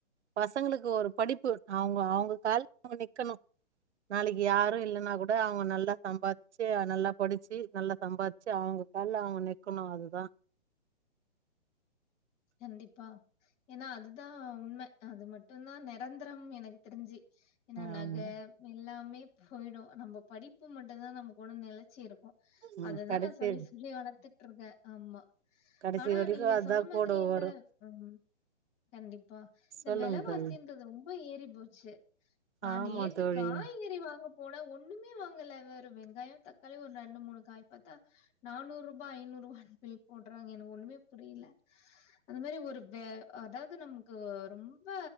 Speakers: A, on the right (about 70°); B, on the left (about 20°).
A: பசங்களுக்கு ஒரு படிப்பு அவுங்க அவுங்க கால்ல அவுங்க நிக்கணு நாளைக்கு யாரு இல்லன்னா கூட அவுங்க நல்லா சம்பார்ச்சு நல்லா படிச்சு நல்லா சம்பார்ச்சு அவுங்க கால்ல அவுங்க நிக்கணு அதுதா
B: கண்டிப்பா ஏன்னா அதுதா உண்ம அது மட்டுந்தா நெரந்தரம் எனக்கு தெரிஞ்சு ஏன்னா
A: ஆமா
B: நகை எல்லாமே போயிடு நம்ம படிப்பு மட்டுந்தா நம்ம கூட நெலச்சி இருக்
A: ம்
B: அததா
A: கடைசி
B: நா சொல்லி சொல்லி வளத்துட்டு இருக்கே ஆமா
A: கடைசி
B: ஆனா
A: வரைக்கு
B: நீங்க
A: அதா
B: சொன்ன மாரி
A: கூட
B: இந்த
A: வரு
B: ஆமா கண்டிப்பா இந்த
A: சொல்லுங்க
B: வெலைவாசின்
A: தோழி
B: றது ரொம்ப ஏறி போச்சு நா
A: ஆமா
B: நேத்து
A: தோழி
B: காய்கறி வாங்கப் போனா ஒண்ணுமே வாங்கல வெறு வெங்காயோ தக்காளி ஒரு ரெண்டு மூணு காய் பாத்தா நானூரூபா ஐநூரூபான் பில் போட்றாங்க எனக்கு ஒண்ணுமே புரில அந்த மாரி ஒரு வே அதாவது நமக்கு ரொம்ப